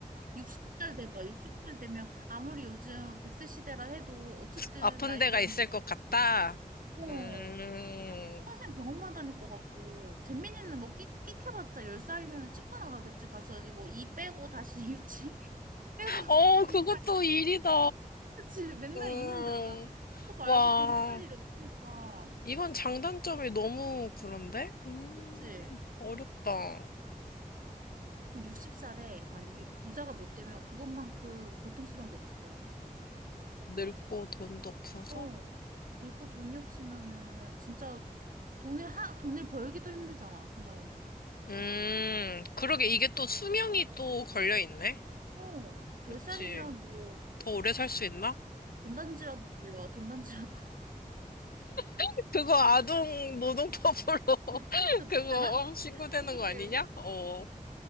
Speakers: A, on the right; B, on the left.
A: 60살 돼봐. 60살 되면 아무리 요즘 100세 시대라 해도 어쨌든
B: 아픈
A: 나이
B: 데가
A: 들었는데
B: 있을 것 같다.
A: 어,
B: 음.
A: 평생 병원만 다닐 것 같고 잼민이는 뭐 끽, 끽 해봤자 10살이면 치과 나가겠지. 가서 이거 이 빼고 다시 <laughs> 유치 빼고
B: 어,
A: 이
B: 그것도 일이다.
A: 그치? 맨날
B: 음.
A: 이만 자라. 그거 말고
B: 와,
A: 병살 일 없으니까.
B: 이건 장단점이 너무 그런데? 음,
A: 그치?
B: 어렵다.
A: 그 60살에 만약에 부자가 못 되면 그것만큼 고통스러운 게 없을 것 같아.
B: 늙고 돈도 없어서?
A: 어. 늙고 돈이 없으면은 진짜 돈을 하, 돈을 벌기도 힘들잖아, 그 나이는.
B: 음, 그러게. 이게 또 수명이 또 걸려 있네?
A: 어.
B: 그치.
A: 10살이면 뭐
B: 더 오래 살 수 있나?
A: 전단지라도 돌려. 전단지라도.
B: <laughs> 그거 아동 노동법으로
A: <laughs>
B: <laughs>
A: 저쪽
B: 그거
A: 되나?
B: 어, 신고되는
A: 저쪽
B: 거 아니냐?
A: 되려나?
B: 어.